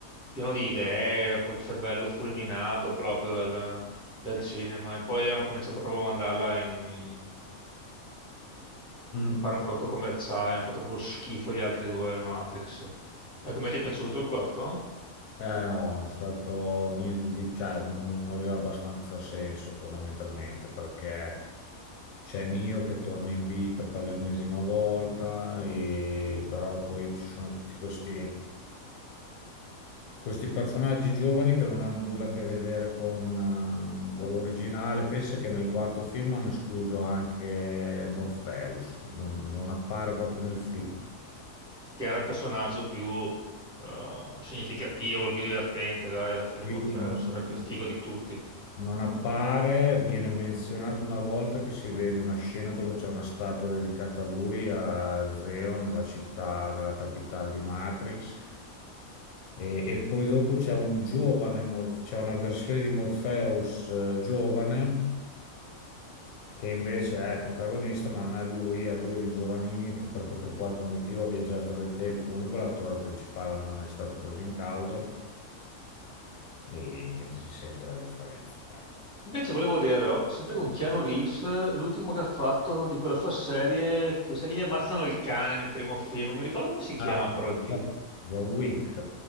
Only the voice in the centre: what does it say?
pieno di idee, col cervello fulminato proprio dal, dal cinema. E poi hanno cominciato proprio a mandarla in
fare un prodotto commerciale, hanno fatto proprio schifo gli altri due Matrix. E come ti è piaciuto il quarto?
Che era il personaggio più eh, significativo, il più divertente, dai, alla fine
Morpheus,
era
il più figo di tutti.
Invece volevo dirlo, sempre con Keanu Reeves, l'ultimo che ha fatto di quella sua serie, che sa che gli ammazzano il cane nel primo film, non mi ricordo come si chiama
però il titolo.